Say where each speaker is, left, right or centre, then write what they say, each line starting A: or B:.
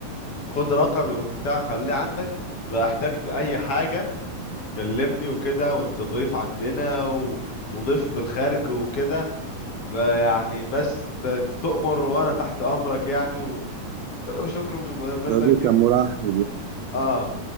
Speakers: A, on the left; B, on the right.
A: خد رقمي وبتاع خليه عندك لو احتجت اي حاجه كلمني وكده وانت ضيف عندنا و... وضيف في الخارج وكده فيعني بس انت تؤمر وانا تحت امرك يعني و... قلت له شكرا ربنا
B: الراجل
A: يبارك فيك
B: كان مرحب
A: اه